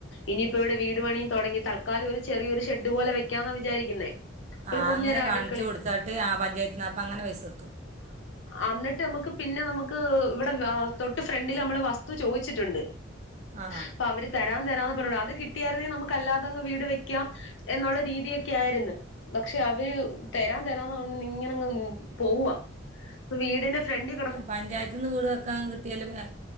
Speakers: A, on the left; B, on the right.
A: ഇനിയിപ്പോ ഇവിടെ വീ ട് പണിയും തുടങ്ങി തൽക്കാലം ഒരു ചെറിയൊരു ഷെഡ് പോലെ വെക്കാന്നാ വിചാരിക്കുന്നേ ഒരു
B: ആ
A: കുഞ്ഞൊരു
B: അങ്ങനെ കാണിച്ചു
A: അടുക്കള
B: കൊടുത്താട്ട് ആ പഞ്ചായത്തിപ്പം അങ്ങനെ പൈസ കിട്ടും
A: അന്നിട്ട് മുക്ക് പിന്നെ നമുക്ക് ഇവിടെ തൊട്ട് ഫ്രണ്ടില് നമ്മള് വസ്തു ചോദിച്ചിട്ടുണ്ട്
B: ആ
A: അപ്പൊ അവര് തരാം തരാന്ന് പറഞ്ഞു അത് കിട്ടിയായിരുന്നെങ്കിൽ നമുക്ക് അല്ലാതങ്ങ് വീട് വെക്കാം എന്നുള്ള രീതിക്കെ ആയിരുന്നു പക്ഷെ അവയു തരാം തരാം ന്ന് പറഞ്ഞു ഇങ്ങനെ അങ്ങ് പോവാ വീടിന്റെ ഫ്രണ്ടി-
B: പഞ്ചായത്തിന്ന് വീട് വെക്കാ കിട്ടിയാല് അ